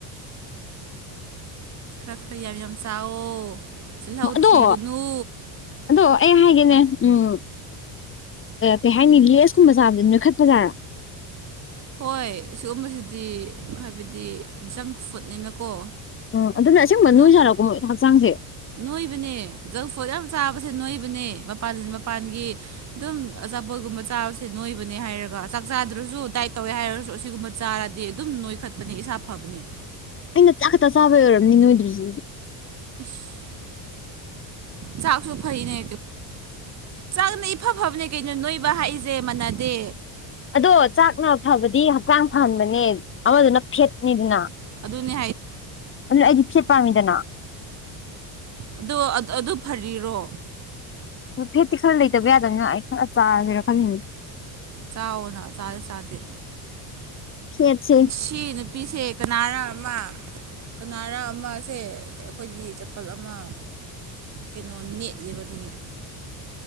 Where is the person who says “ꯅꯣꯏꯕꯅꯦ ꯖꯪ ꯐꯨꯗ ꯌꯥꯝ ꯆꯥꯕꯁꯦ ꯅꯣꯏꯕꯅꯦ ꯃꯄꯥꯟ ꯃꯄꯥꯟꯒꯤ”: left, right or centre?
Right